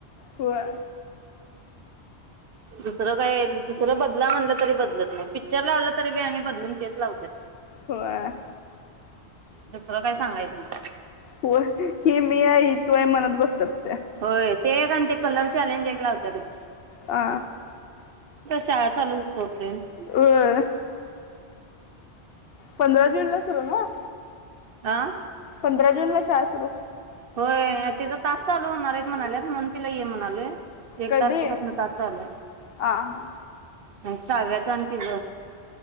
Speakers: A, on the left (about 65°); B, on the right (about 60°).
A: होय
B: दुसरं काय दुसर बदला म्हणलं तरी बदलत नाही पिक्चर लावलं तरी बी आणि बदलून तेच लावत्यात
A: होय
B: दुसर काय सांगायचं नाही
A: हो ही मी आहे ही तू आहे मनत बसतेत
B: होय ते एक आणि ते कलर आलेन जे लावत्यात ब
A: आ
B: शाळा चालू तो पर्यंत
A: होय. पंधरा जूनला सुरु आहे नव्ह
B: अ
A: पंधरा जून ला शाळा सुरू
B: होय तिचा तास चालू होणार आहे, म्हणालेत म्हणून तिला ये म्हणालोय एक
A: कधी
B: तारखेपासून तास चालू
A: आ हा
B: सहाव्याच आणि तीज